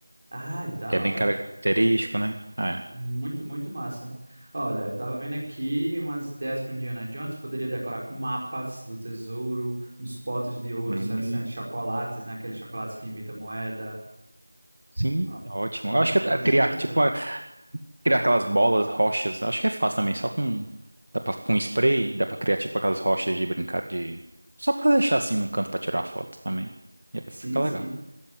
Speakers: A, on the right (about 40°); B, on the right (about 65°).
A: Ai, da
B: que é bem
A: hora.
B: característico, né? É.
A: Muito, muito massa. Olha, eu tava vendo aqui umas ideias para Indiana Jones. Poderia decorar com mapas do tesouro, uns potes de ouro
B: Uhum.
A: sendo chocolates, né? Aqueles chocolates que imita moeda.
B: Sim,
A: Ó,
B: é ótimo.
A: dá,
B: Eu acho que
A: dá
B: até
A: super
B: criar, tipo,
A: certo.
B: a- criar aquelas bolas, rochas, acho que é fácil também, só com, dá pra, com spray, dá pra criar tipo aquelas rochas de brincar de, só pra deixar assim num canto pra tirar a foto também. E aí
A: Sim,
B: fica
A: sim.
B: legal.